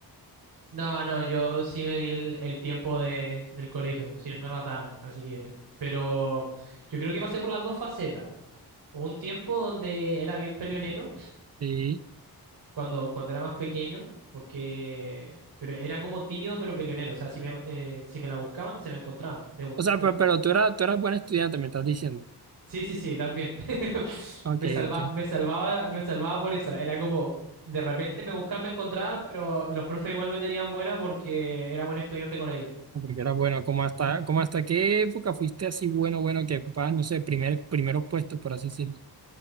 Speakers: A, on the right; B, on the right.
A: No, no, yo sí me di el, el tiempo de, del colegio, si no me rataban, así que... Pero yo creo que pasé por las dos facetas. Hubo Un tiempo donde era bien peleonero,
B: Sí.
A: cuando, cuando era más pequeño, porque... Pero era como tímido pero peleonero, o sea, si me, eh, si me la buscaban, se la encontraban, de una.
B: O sea, pero, pero tú eras, tú eras buen estudiante, me estás diciendo.
A: Sí, sí, sí, también. <laughs>
B: Ok,
A: Me salva,
B: ok.
A: me salvaba, me salvaba por esa. Era como, de repente me buscaba, me encontraba, pero los profes igual me tenían buena porque era buen estudiante con ellos.
B: No, Porque eras bueno. ¿Cómo hasta, cómo hasta qué época fuiste así bueno, bueno, que ocupabas, no sé, primer, primeros puestos, por así decirlo?